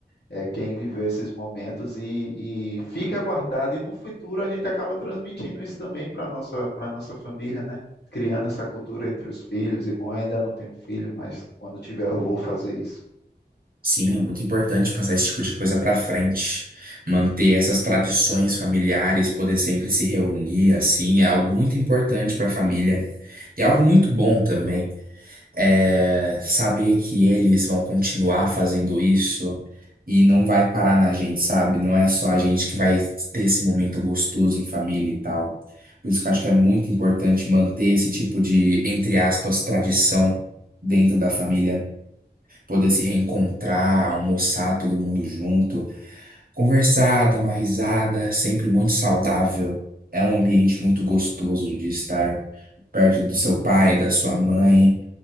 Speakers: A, on the left (about 85°); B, on the right (about 60°).
A: É, quem viveu esses momentos e, e fica guardado, e no futuro a gente acaba transmitindo isso também para nossa, para nossa família, né? Criando essa cultura entre os filhos, e bom, eu ainda não tenho filho, mas quando tiver eu vou fazer isso.
B: Sim, é muito importante passar esse tipo de coisa pra frente. Manter essas tradições familiares, poder sempre se reunir assim, é algo muito importante pra família. E é algo muito bom também. É, saber que eles vão continuar fazendo isso e não vai parar na gente, sabe? Não é só a gente que vai ter esse momento gostoso em família e tal. Por isso que eu acho que é muito importante manter esse tipo de, entre aspas, tradição dentro da família, poder se reencontrar, almoçar todo mundo junto. Conversar, dar uma risada, sempre muito saudável. É um ambiente muito gostoso de estar perto do seu pai, da sua mãe,